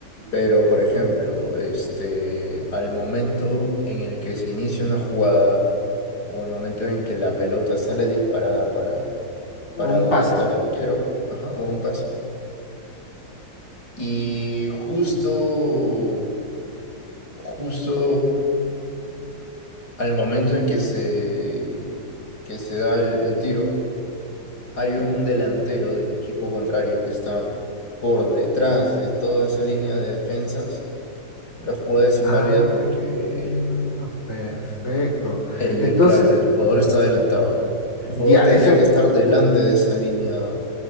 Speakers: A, on the left (about 60°); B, on the left (about 35°).
A: Pero, por ejemplo, este, al momento en el que se inicia una jugada o al momento en que la pelota sale disparada
B: o
A: para
B: un
A: donde
B: pase.
A: está el arquero, ajá, o un pase. Y justo, justo al momento en que se, que se da el, el tiro, hay un delantero del equipo contrario que está por detrás de toda esa línea de defensas. La jugada es inválida
B: Ah,
A: porque el,
B: perfecto.
A: el,
B: Entonces,
A: claro, el jugador está adelantado, ¿no? El jugador
B: ya,
A: tendría
B: eso es,
A: que estar delante de esa línea